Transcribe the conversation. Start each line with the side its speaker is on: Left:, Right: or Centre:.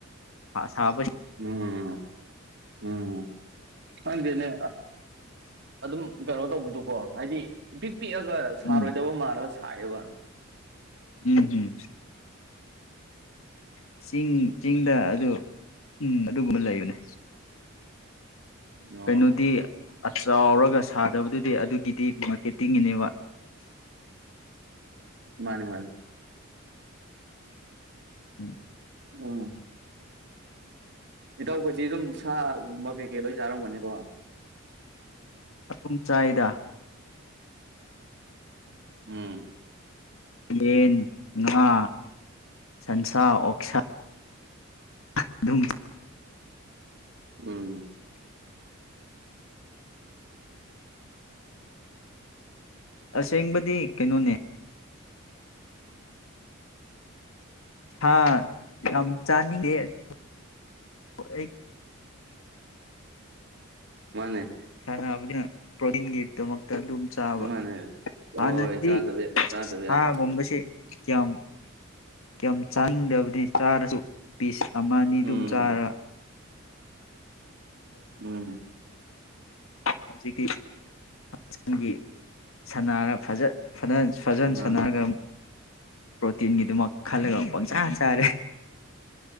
Left: ꯁꯥꯕ
Right: ꯎꯝ ꯎꯝ ꯈꯪꯗꯦꯅꯦ ꯑꯗꯨꯝ ꯀꯩꯅꯣ ꯇꯧꯕꯗꯨꯀꯣ ꯍꯥꯏꯗꯤ ꯄꯤꯛꯑꯒ ꯁꯥꯔꯣꯏꯗꯕ
Left: ꯎꯝ
Right: ꯃꯥꯜꯂꯒ ꯁꯥꯏꯌꯦꯕ
Left: ꯎꯝ ꯎꯝ ꯆꯤꯡ ꯆꯤꯡꯗ ꯑꯗꯨ ꯎꯝ ꯑꯗꯨꯒꯨꯝꯕ ꯂꯩꯕꯅꯦ
Right: ꯑꯣ
Left: ꯀꯩꯅꯣꯗꯤ ꯆꯥꯎꯔꯒ ꯁꯥꯗꯕꯗꯨꯗꯤ ꯑꯗꯨꯒꯤ ꯗꯤ ꯃꯥꯔꯀꯦꯇꯤꯡꯒꯤꯅꯦꯕ
Right: ꯃꯥꯅꯤ ꯃꯥꯅꯤ
Left: ꯎꯝ
Right: ꯎꯝ ꯏꯇꯧꯈꯗꯤ ꯑꯗꯨꯝ ꯁꯥꯒꯨꯝꯕ ꯀꯩꯀꯩ ꯂꯣꯏ ꯆꯥꯔꯝꯒꯅꯤꯀꯣ
Left: ꯑꯗꯨꯨꯝ ꯆꯥꯏꯗ
Right: ꯎꯝ
Left: ꯌꯦꯟ ꯉꯥ ꯁꯟꯁꯥ ꯑꯣꯛꯁꯥ ꯑꯗꯨꯝ
Right: ꯎꯝ
Left: ꯑꯁꯦꯡꯕꯗꯤ ꯀꯩꯅꯣꯅꯦ ꯁꯥ ꯌꯥꯝ ꯆꯥꯅꯤ ꯑꯦ
Right: ꯃꯥꯅꯦ
Left: ꯅ ꯄꯤꯟꯒꯛ ꯇ ꯑꯗꯨꯝ ꯆꯥꯕ
Right: ꯃꯥꯅꯦ
Left: ꯍꯥꯟꯅꯗꯤ
Right: ꯍꯣꯏ ꯆꯥꯗꯕ ꯆꯥꯗꯕ
Left: ꯁꯥꯒꯨꯝꯕꯁꯦ
Right: ꯌꯥꯗꯕꯅꯤ
Left: ꯀꯌꯥꯝ ꯀꯌꯥꯝ ꯆꯥꯅꯤꯡꯗꯕꯅꯤ ꯆꯥꯔꯁꯨ ꯄꯁꯤ ꯑꯃ ꯑꯅꯤ ꯑꯗꯨꯝ
Right: ꯎꯝ
Left: ꯆꯥꯔ <unintelligible>
Right: ꯎꯝ
Left: ꯍꯧꯖꯤꯛꯇꯤ ꯍꯛꯆꯒꯤ ꯁꯅꯥꯔ ꯐꯖꯠ ꯐꯅ ꯐꯖꯅ
Right: ꯃꯥꯅꯤ
Left: ꯁꯥꯟꯅꯔꯒ ꯄ꯭ꯔꯣꯇꯤꯟꯒꯤꯗꯨꯃꯛ ꯈꯜꯂꯒ ꯄꯪꯆꯥꯥ ꯆꯥꯔꯦ